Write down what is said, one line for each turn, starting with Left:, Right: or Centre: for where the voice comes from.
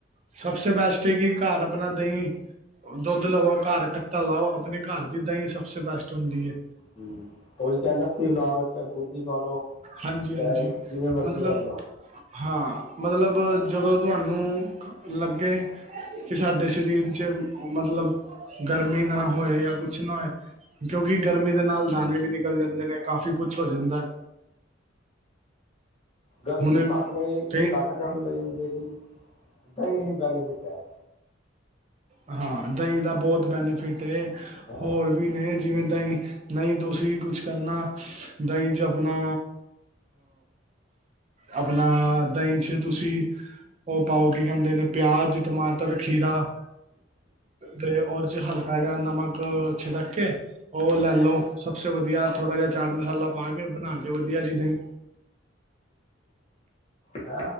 Right: ਸਭਸੇ ਬੈਸਟ ਹੈ ਕਿ ਘਰ ਆਪਣਾ ਦਹੀਂ। ਦੁੱਧ ਲਵੋ ਘਰ ਖੱਟਾ ਲਾਓ ਆਪਣੇ ਘਰ ਦੀ ਦਹੀਂ ਸਬਸੇ ਬੈਸਟ ਹੁੰਦੀ ਹੈ।
Left: ਹੂੰ, ਓਹੀ ਚਾਹੇ ਲੱਸੀ ਬਣਾਓ ਚਾਹੇ ਬੂੰਦੀ ਪਾ ਲੋ
Right: ਹਾਂਜੀ ਹਾਂਜੀ
Left: ਚਾਹੇ ਜਿਵੇਂ ਮਰਜ਼ੀ
Right: ਮਤਲਬ
Left: ਕਰ ਲਓ।
Right: ਹਾਂ ਮਤਲਬ ਜਦੋਂ ਤੁਹਾਨੂੰ ਲੱਗੇ ਕਿ ਸਾਡੇ ਸਰੀਰ 'ਚ ਮਤਲਬ ਗਰਮੀ ਨਾ ਹੋਏ ਜਾਂ ਕੁਛ ਨਾ ਹੋਏ। ਕਿਉਂਕਿ ਗਰਮੀ ਦੇ ਨਾਲ ਦਾਣੇ ਵੀ ਨਿਕਲ ਜਾਂਦੇ ਨੇ ਕਾਫ਼ੀ ਕੁਛ ਹੋ ਜਾਂਦਾ।
Left: ਗਰਮੀ
Right: ਹੁਣ
Left: ਨੂੰ ਘੱਟ ਲਈ
Right: ਕਈ
Left: ਘੱਟ ਕਰਨ ਲਈ ਲੇਕਿਨ ਦਹੀ ਹੀ ਬੈਨੀਫਿਟ ਹੈ।
Right: ਹਾਂ, ਦਹੀਂ ਦਾ ਬਹੁਤ ਬੈਨੀਫਿਟ
Left: ਹਾਂ
Right: ਹੋਰ ਵੀ ਨੇ ਜਿਵੇਂ ਦਹੀਂ। ਨਹੀਂ ਤੁਸੀਂ ਵੀ ਕੁਛ ਕਰਨਾ ਦਹੀਂ 'ਚ ਆਪਣਾ। ਆਪਣਾ ਦਹੀਂ ਪਿੱਛੇ ਤੁਸੀਂ ਉਹ ਪਾਓ ਕੀ ਕਹਿੰਦੇ ਨੇ 'ਪਿਆਜ, ਟਮਾਟਰ, ਖੀਰਾ। ਤੇ ਔਰ ਉਸ ਚ ਹਲਕਾ ਜਾਂ ਨਮਕ ਛਿੜਕ ਕੇ ਉਹ ਲੈ ਲੋ ਸਭਸੇ ਵਧੀਆ ਥੋੜ੍ਹਾ ਜਿਹਾ ਚਾਟ ਮਸਾਲਾ ਪਾ ਕੇ ਬਣਾ ਕੇ ਵਧੀਆ ਜੀ ਦਹੀਂ।
Left: ਹੈ,